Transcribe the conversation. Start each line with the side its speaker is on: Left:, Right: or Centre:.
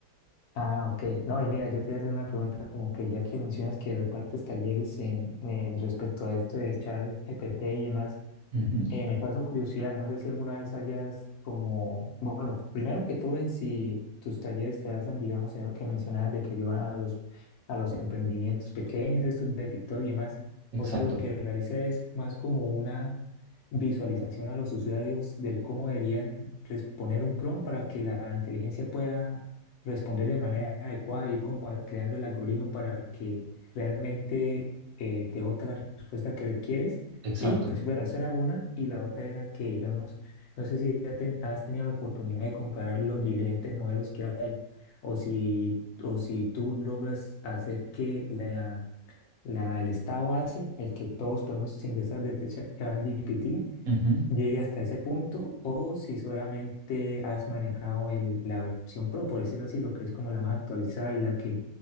Left: Ah, ok. No, y mira, yo te iba a hacer una pregunta como que ya que mencionas que repartes talleres en, en respecto a esto de ChatGPT y demás,
Right: Ujú,
Left: eh, me causó curiosidad, no sé si alguna vez hayas como, bueno, primero que todo en si tus talleres te hacen, digamos, en lo que mencionabas de que ayudan a los, a los emprendimientos pequeños, estos de TikTok y demás, o
Right: Exacto,
Left: sea, lo que realiza es más como una visualización a los usuarios del cómo deberían responder un prompt para que la inteligencia pueda responder de manera adecuada, ir como a- creando el algoritmo para que realmente eh, te bote la respuesta que requieres
Right: exacto.
Left: y pues bueno, esa era una. Y la otra era que, digamos, no sé si ya ten- has tenido la oportunidad de comparar los diferentes modelos que hay o si, o si tú logras hacer que la, la, el estado base, el que todos podemos ingresar de este chat chat G P T
Right: Ujú,
Left: llegue hasta ese punto o si solamente has manejado el, la versión Pro, por decirlo así, lo que es como la más actualizada y la que